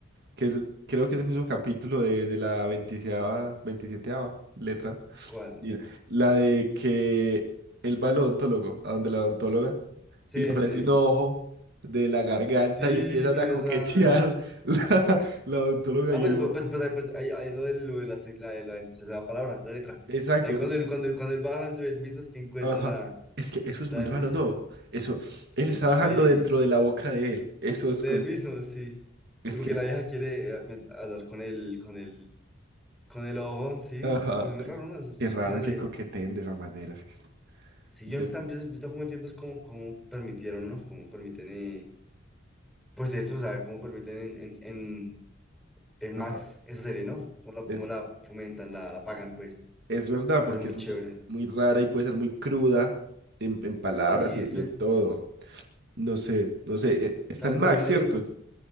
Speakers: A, on the right; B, in the centre.
A: que es, creo que es el mismo capítulo de, de la 26 veintisieteava letra.
B: ¿Cuál?
A: y La de que él va al odontólogo, a donde la odontóloga.
B: Sí,
A: y le aparece
B: sí.
A: un ojo de la garganta
B: Sí,
A: y empiezan
B: qué
A: a coquetear
B: raro.
A: <laughs> la, la odontóloga
B: Ah,
A: y
B: pues,
A: el
B: pues,
A: ojo.
B: pues, pues, ahí- pues ahí, ahí lo de, lo de la, se- la, la, esa palabra, la letra.
A: Exacto,
B: Ahí cuando
A: justo.
B: él, cuando él, cuando él baja entre él mismo es que encuentra
A: Ajá.
B: la,
A: Es que eso es
B: la
A: muy
B: dentista.
A: raro, ¿no? Eso,
B: Sí,
A: él está
B: sí,
A: bajando
B: sí.
A: dentro de la boca de él. Eso es
B: De
A: con...
B: él mismo, sí.
A: Es
B: Y porque
A: que...
B: la vieja quiere eh, met- hablar con el, con el, con el ojo, sí,
A: Ajá.
B: es, es muy raro, ¿no? Es, es-
A: Qué
B: es
A: raro
B: que no sé.
A: que coqueteen de esa manera. Es que...
B: Si yo,
A: Dios
B: tam-
A: mío.
B: yo, yo tampoco entiendo es cómo, cómo permitieron, ¿no? Cómo permiten. eh, Pues eso, o sea, cómo permiten en, en, en, en
A: Ajá.
B: Max esa serie, ¿no? Cómo la, cómo
A: Es,
B: la fomentan, la, la pagan, pues.
A: es verdad,
B: Me
A: porque
B: parece muy
A: es
B: chévere.
A: muy, muy rara y puede ser muy cruda en, en palabras
B: Sí,
A: y,
B: exacto.
A: y en todo. No sé, no sé. eh, Está
B: Tam-
A: el Max,
B: también
A: ¿cierto?
B: hay un capítulo.